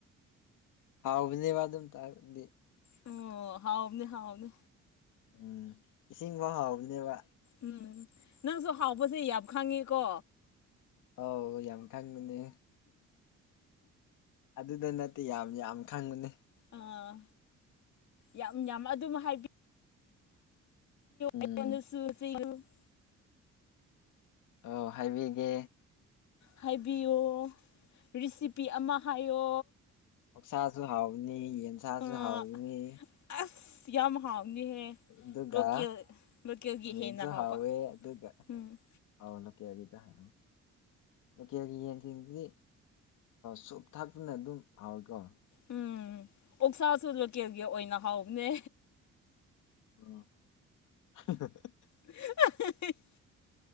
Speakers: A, on the left; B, on the left.
A: ꯍꯥꯎꯕꯅꯦꯕ ꯑꯗꯨꯢ ꯃꯇꯪꯡꯗꯨꯗꯤ
B: ꯑꯣ ꯍꯥꯎꯕꯅꯦ ꯍꯥꯎꯕꯅꯦ
A: ꯎꯝ ꯏꯁꯤꯡ ꯐꯥꯎ ꯍꯥꯎꯕꯅꯦꯕ
B: ꯎꯝ ꯅꯪꯁꯨ ꯍꯥꯎꯕꯁꯦ ꯌꯥꯝ ꯈꯪꯉꯤꯀꯣ
A: ꯑꯥꯎ ꯌꯥꯝ ꯈꯪꯕꯅꯦ ꯑꯗꯨꯗ ꯅꯠꯇꯦ ꯌꯥꯝ ꯌꯥꯝ ꯈꯪꯕꯅꯤ
B: ꯑꯥ ꯌꯥꯝ ꯌꯥꯝ ꯑꯗꯨꯝ ꯍꯥꯏꯕꯤꯌꯨ
A: ꯎꯝ
B: ꯑꯩ ꯁꯨꯁꯤꯨ <inaudible>
A: ꯑꯧ ꯍꯥꯏꯕꯤꯒꯦ
B: ꯍꯥꯏꯕꯤꯌꯨ ꯔꯤꯁꯤꯄꯤ ꯑꯃ ꯍꯥꯏꯌꯣ
A: ꯑꯣꯛꯁꯥꯁꯨ ꯍꯥꯎꯅꯤ ꯌꯦꯟꯁꯥꯁꯨ
B: ꯑꯥ
A: ꯍꯥꯎꯅꯤ
B: ꯑꯁ ꯌꯥꯝ ꯍꯥꯎꯅꯤꯍꯦ
A: ꯑꯗꯨꯒ
B: ꯂꯣꯀꯦꯜ ꯂꯣꯀꯦꯜꯒꯤ
A: ꯃꯤꯁꯨ
B: ꯍꯦꯟꯅ ꯍꯥꯎꯕ
A: ꯍꯧꯋꯦ ꯑꯗꯨꯒ
B: ꯎꯝ
A: ꯑ ꯂ ꯀꯦ ꯍꯥꯏꯒꯤꯗ ꯍꯥꯏ <inaudible> ꯂꯣꯀꯦꯜꯒꯤ ꯌꯦꯟꯁꯤꯡꯁꯤꯗꯤ ꯁꯨꯞ ꯊꯥꯛꯂꯁꯨ ꯑꯗꯨꯝ ꯍꯥꯎꯋꯤꯀꯣ
B: ꯎꯝ ꯑꯣꯛꯁꯥꯁꯨ ꯂꯣꯀꯦꯜꯒꯤ ꯑꯣꯏꯅ ꯍꯥꯎꯕꯅꯦ
A: ꯑꯣ <inaudible>
B: ꯑ <inaudible>